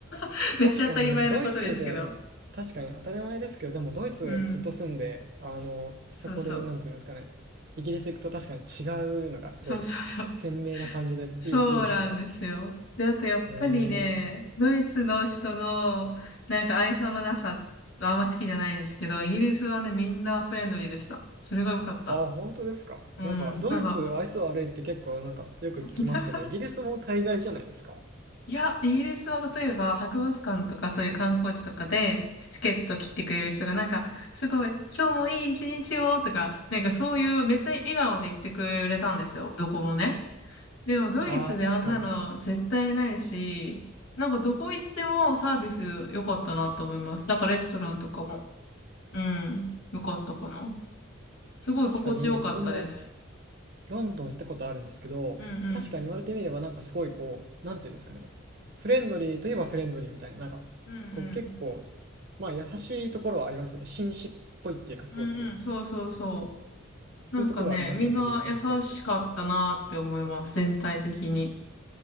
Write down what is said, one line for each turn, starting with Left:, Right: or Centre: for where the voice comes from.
Left: <laughs>
Right: 確かに、
Left: めっちゃ当たり前のことですけど。
Right: ドイツで、確かに当たり前ですけど、でもドイツずっと住んで、
Left: うん。
Right: あの、そこで、
Left: そうそう。
Right: なんていうんですかね、イギリス行くと確かに違うのがすごい鮮明な感じでいい、
Left: そうそうそう。そうなんですよ。
Right: いいですね。
Left: で、あとやっぱりね、
Right: へえ。
Left: ドイツの人のなんか愛想のなさはあんま好きじゃないんですけど、イギリスはね、みんなフレンドリーでした。それが良かった。
Right: あ、本当ですか。
Left: うん。
Right: なんか、ドイツ、
Left: なんか、
Right: 愛想悪いって結構なんか、よく聞きますけど、
Left: <laughs>
Right: イギリスも大概じゃないですか。
Left: いや、イギリスは例えば博物館とかそういう観光地とかでチケット切ってくれる人がなんか、すごい、今日もいい一日をとか、なんかそういうめっちゃ笑顔で言ってくれたんですよ。どこもね。でもドイツであんなの絶対ないし、
Right: ああ、確かに。
Left: なんかどこ行ってもサービス良かったなと思います。なんかレストランとかも。うん。良かったかな。すごい心地よかったです。
Right: 確かに、自分もロンドン行ったことあるんですけど、
Left: うんうん。
Right: 確かに言われてみればなんかすごいこう、なんていうんですかね。フレンドリーといえばフレンドリーみたいな、なんか、
Left: うんうん。
Right: こう結構、まあ優しいところはありますよね。紳士っぽいっていうか、すごいこう、
Left: うんうん。そうそうそ
Right: そういうところはありますよね、
Left: う。なんかね、みんな優しかったなって思います。
Right: イギリスの人って。
Left: 全体的に。